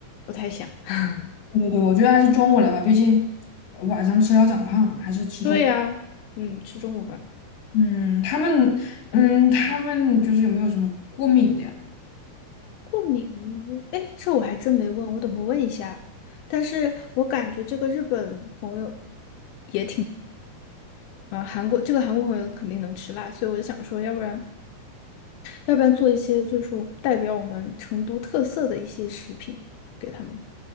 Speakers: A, on the left; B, on the left.
A: 不太想。<laughs>
B: 对对对，我觉得还是中午来吧，毕竟呃晚上吃了长胖，还是吃中午。
A: 对呀，嗯，吃中午饭。
B: 嗯，他们，嗯，他们就是有没有什么过敏的呀？
A: 过敏，哎，这我还真没问，我等会问一下。但是我感觉这个日本朋友，也啊，韩国这个韩国朋友肯定能吃辣，所以我就想说，要不然。要不然做一些就是代表我们成都特色的一些食品给他们。